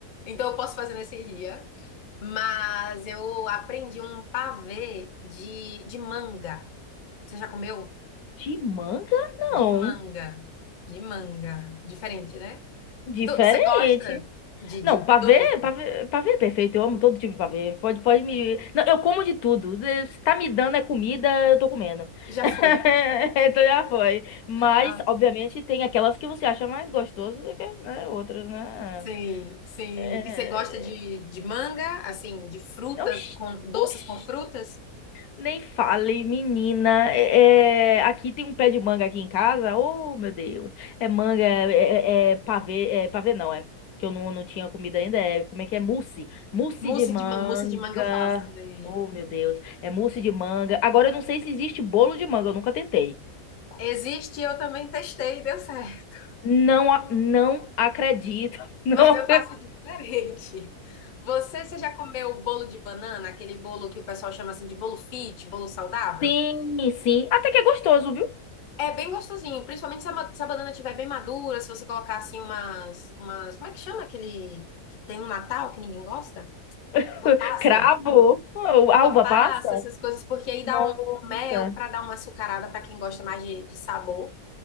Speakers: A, on the left; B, on the left.
A: Então eu posso fazer nesse dia. Mas eu aprendi um pavê de, de manga. Você já comeu?
B: De manga, não.
A: De manga. De manga. Diferente, né?
B: Diferente.
A: Tu- Você gosta de,
B: Não,
A: de de
B: pavê,
A: doce?
B: pavê, pavê é perfeito. Eu amo todo tipo de pavê. Pode, pode me. Não, eu como de tudo. De- Se tá me dando é comida, eu tô comendo.
A: Já
B: <laughs>
A: foi.
B: Então já foi. Mas,
A: Ah,
B: obviamente, tem aquelas que você acha mais gostosas do que, né, outras, né?
A: sim, sim.
B: É...
A: E você gosta de, de manga, assim, de frutas,
B: Oxi,
A: com doces
B: oxi.
A: com frutas?
B: Nem fale, menina. É, é, aqui tem um pé de manga aqui em casa. Oh, meu Deus. É manga, é, é, é pavê, é pavê não, é. Que eu não, não tinha comida ainda. É, como é que é? Mousse. Mousse
A: Mousse
B: de manga.
A: de manga, mousse de manga eu faço também.
B: Oh, meu Deus. É mousse de manga. Agora eu não sei se existe bolo de manga, eu nunca tentei.
A: Existe, eu também testei, e deu certo.
B: Não, a- não acredito.
A: <laughs>
B: <laughs> Não.
A: Mas eu faço diferente. Você, você já comeu o bolo de banana, aquele bolo que o pessoal chama assim de bolo fit, bolo saudável?
B: Sim, sim. Até que é gostoso, viu?
A: É bem gostosinho, principalmente se a, ma- se a banana estiver bem madura, se você colocar assim umas, umas, como é que chama aquele que tem no Natal que ninguém gosta?
B: <laughs>
A: Uva passa,
B: Cravo. Oh,
A: uva
B: Alva
A: passa,
B: passa.
A: essas coisas, porque aí
B: Nossa.
A: dá um um mel para dar uma açucarada para quem gosta mais de, de sabor.